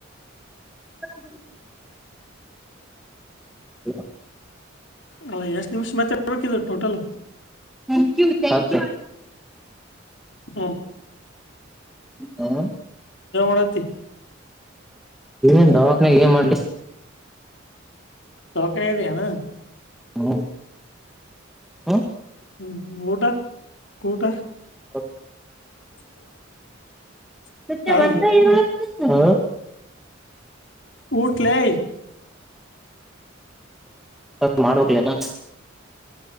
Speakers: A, in the centre; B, on the left.
A: ಹ. ಹ.
B: ಅಲ್ಲ ಎಷ್ಟ್ ನಿಮಿಷ ಮತ್ತ ಹಬೇಕಿದ total.
A: Thank you thank you.
B: ಹ್ಮ್
A: ಹಾ.
B: ಣತಿ.
A: ನ್ ದವಾಕ್ನಾಗ ಏನ್ ಮಾಡ್ಲಿ.
B: ತೌಕನದೆನು.
A: ಹ್ಮ. ಹಾ.
B: ಹ್ಮ ಊಟ ಊಟ.
A: ಹ.
B: <unintelligible>
A: ಸತ್ಯ
B: ಅಲ್
A: ಒಂದ ಇ. ನ.
B: ಊಟ್ಲೇ
A: ಅ ಮಾಡ್ರಲ್ಲ <unintelligible>